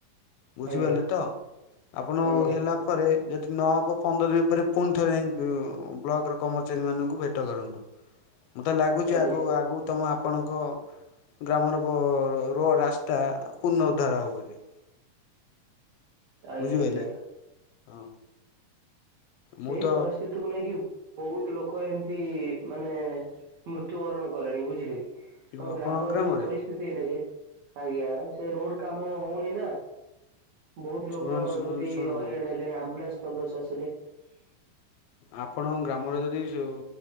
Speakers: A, on the left; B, on the right.
A: ବୁଝିପାରିଲେ
B: ଆଜ୍ଞା
A: ତ? ଆପଣ
B: ଆଜ୍ଞା ଆଜ୍ଞା
A: ହେଲା ପରେ ଯେ ଯଦ୍ ନହବ ପନ୍ଦର ଦିନ ପରେ ପୁଣିଥରେ ନେଇ ବ୍-ବ୍ଲକର କର୍ମଚାରୀମାନଙ୍କୁ ଭେଟ କରନ୍ତୁ। ମତେ ଲାଗୁଛି
B: ଆଜ୍ଞା
A: ଆଗଉ ଆଗକୁ ତମ ଆ ଆପଣଙ୍କ ଗ୍ରାମର ରୋ ରାସ୍ତା ପୁନଃଉଦ୍ଧାର ହବ ବୋଲି।
B: ଆଜ୍ଞା
A: ବୁଝିପାରିଲେ?
B: ଆଜ୍ଞା।
A: ହଁ
B: ସେଇ
A: ମୁଁ ତ
B: ପରିସ୍ଥିତିକୁ ନେଇକି ବହୁତ ଲୋକ ଏମିତି ମାନେ ମୃତ୍ୟୁବରଣ କଲେଣି, ବୁଝିଲେ କି?
A: ଯୋଉ
B: ଆମ
A: ଆପଣଙ୍କ
B: ଗ୍ରାମର
A: ଗ୍ରାମରେ
B: ଯୋଉ ପରିସ୍ଥିତି ଏଇନେ କି। ଆଜ୍ଞା, ସେ ରୋଡ କାମ ହଉନି ନା। ବହୁତ ଲୋକ
A: ଶୁଣନ୍ତୁ ଶୁଣନ୍ତୁ
B: ଏମିତି
A: ଶୁଣୁ
B: ହଇରାଣ ହେଲେଣି। ଆମ୍ବୁଲାନ୍ସ ଭଲସେ ଆସିଲେ। <inaudible>
A: ଆପଣଙ୍କ ଗ୍ରାମରେ ଯଦି ଯୋଉ